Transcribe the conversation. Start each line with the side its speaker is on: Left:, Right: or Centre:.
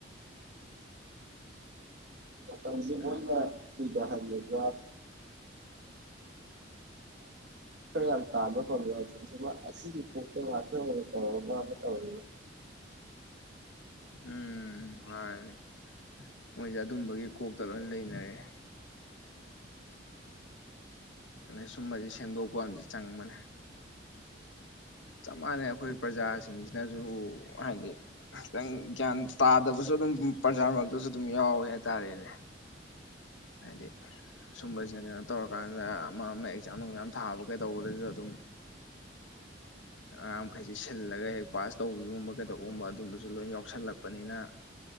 Right: ꯃꯇꯝꯁꯤꯕ
Left: ꯎꯝ
Right: ꯍꯥꯏꯥꯔ ꯌꯥꯝ ꯇꯥꯕ ꯐꯪꯉ ꯑꯁꯤꯒꯤ ꯄꯣꯛ ꯉ ꯇꯧ ꯑꯃ ꯇꯧꯗ
Left: ꯎꯝ ꯃꯥꯅꯤ ꯃꯣꯏꯁꯦ ꯑꯗꯨꯝꯕꯒꯤ ꯀꯣꯛꯇ ꯂꯣꯏ ꯂꯩꯅꯔꯦ ꯑ ꯁꯨꯝꯕꯕꯁꯤ ꯁꯦꯝꯗꯣꯛꯄ ꯑꯃꯗꯤ ꯆꯪꯕꯅꯦ ꯆꯞ ꯃꯥꯟꯅꯩ ꯑꯩꯈꯣꯏ ꯄ꯭ꯔꯖꯥꯁꯤꯡꯁꯤꯅꯁꯨ ꯍꯥꯏꯗꯤ ꯈꯤꯇꯪ ꯒ꯭ꯌꯥꯟ ꯇꯥꯗꯕꯁꯨ ꯑꯗꯨꯝ ꯄ꯭ꯔꯖꯥ ꯃꯔꯛꯇꯁꯨ ꯑꯗꯨꯝ ꯌꯥꯎꯋꯦ ꯍꯥꯏꯇꯥꯥꯔꯦꯅꯦ ꯍꯥꯏꯗꯤ ꯁꯁꯨꯝꯕꯁꯤꯅ ꯀꯩꯅꯣ ꯇꯧꯔꯀꯥꯟꯗ ꯑꯃ ꯑꯃ ꯑꯦꯛꯖꯥꯝ ꯅꯨꯡꯖꯥꯝ ꯊꯥꯕꯒꯩꯗꯧꯕꯗꯁꯨ ꯑꯗꯨꯝ ꯑꯉꯥꯡ ꯃꯈꯩꯁꯤ ꯁꯤꯜꯂꯒ ꯍꯦꯛ ꯄꯥꯁ ꯇꯧꯕꯤꯒꯨꯝꯕ ꯀꯩꯗꯧꯕꯒꯨꯝꯕ ꯑꯗꯨꯝꯕꯁꯨ ꯂꯣꯏ ꯌꯥꯎꯁꯜꯂꯛꯄꯅꯤꯅ